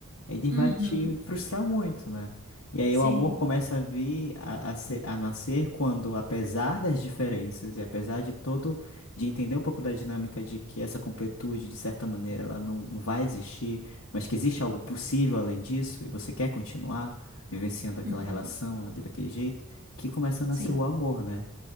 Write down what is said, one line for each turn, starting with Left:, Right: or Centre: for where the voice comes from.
Left: Ele vai
Right: Uhum,
Left: te frustrar muito, né? E aí
Right: sim,
Left: o amor começa a vir a, a, ser- a nascer quando, apesar das diferenças e apesar de todo, de entender um pouco da dinâmica de que essa completude, de certa maneira, ela não, não vai existir, mas que existe algo possível além disso, e você quer continuar vivenciando aquela
Right: uhum,
Left: relação ali daquele jeito, que começa a nascer
Right: sim,
Left: o amor, né?